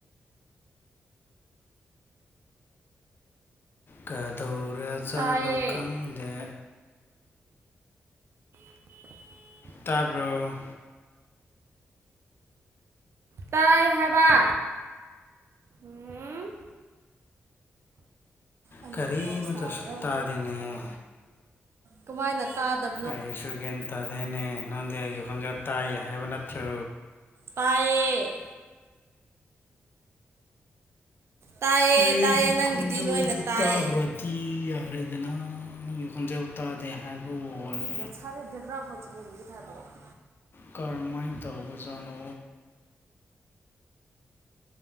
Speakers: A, on the left (about 50°); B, on the right (about 65°).
A: ꯀꯗꯧꯔꯖꯥꯠꯂꯣ
B: ꯇꯥꯏꯌꯦ
A: ꯈꯪꯗꯦ
B: <unintelligible>
A: ꯇꯥꯔꯕꯣ
B: ꯇꯥꯏ ꯍꯥꯏꯕ ꯎꯝ ꯑꯂꯨ
A: ꯀꯔꯤ
B: <unintelligible> ꯐꯣꯟ
A: ꯑꯃꯇꯁꯨ
B: ꯁꯥꯕꯗ ꯑꯣꯗꯤ
A: ꯇꯥꯗꯦꯅꯦ
B: <unintelligible> ꯀꯃꯥꯏꯅ ꯇꯥꯗꯕ
A: ꯑꯩꯁꯨ ꯒꯤꯌ‌ꯦꯟ ꯇꯥꯗ‌ꯦꯅꯦ ꯅꯪꯗꯤ ꯑꯩꯒꯤ ꯈꯣꯟꯖ‌ꯦꯜ ꯇꯥꯏ ꯍꯥꯏꯕ ꯅꯠꯇ꯭ꯔꯣ
B: ꯇꯥꯏꯌꯦ ꯇꯥꯏꯌꯦ
A: ꯑꯩꯒꯤ
B: ꯇꯥꯏꯌꯦ ꯅꯪꯒꯤꯗꯤ
A: ꯈꫭꯟꯖ‌ꯦꯜ
B: ꯂꯣꯏꯅ
A: ꯗꯨ
B: ꯇꯥꯏꯌꯦ
A: ꯇꯥꯕꯔꯥ ꯇꯤ ꯌꯥꯎꯔꯦꯗꯅ ꯅꯪꯒꯤ ꯈꯣꯟꯖꯦꯜ ꯇꯥꯗꯦ ꯍꯥꯏꯕ ꯋꯥꯅꯤ
B: ꯅꯁꯔꯦ ꯕꯦꯛꯒ꯭ꯔꯥꯎꯟ ꯐꯁ ꯃꯒꯤ ꯇ ꯍꯥꯏꯕꯣ <unintelligible>
A: ꯀꯔꯝꯃꯥꯏꯅ ꯇꯧꯕꯖꯥꯠꯅꯣ